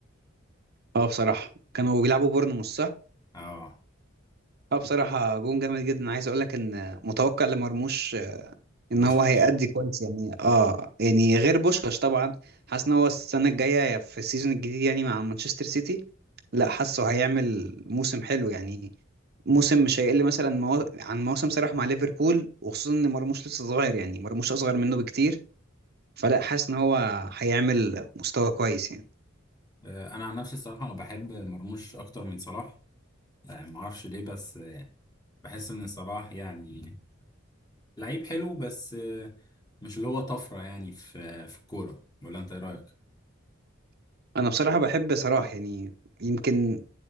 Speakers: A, on the right; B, on the left.
A: اه بصراحة كانوا بيلعبوا بورنموث صح؟
B: اه
A: اه بصراحة جون جامد جدا عايز اقول لك ان متوقع لمرموش ان
B: بوشكاش
A: هو هيأدي كويس يعني اه يعني غير بوشكاش طبعا حاسس ان هو السنه الجايه في السيزون الجديد يعني مع مانشستر سيتي لا حاسه هيعمل موسم حلو يعني موسم مش هيقل مثلا مو... عن موسم صلاح مع ليفربول وخصوصا ان مرموش لسه صغير يعني مرموش اصغر منه بكتير فلا حاسس ان هو هيعمل مستوى كويس يعني
B: آه، انا عن نفسي الصراحه بحب مرموش اكتر من صلاح آه، ما اعرفش ليه بس بحس ان صلاح يعني لعيب حلو بس آه، مش اللي هو طفره يعني في في الكوره ولا انت ايه رايك
A: انا بصراحه بحب صلاح يعني يمكن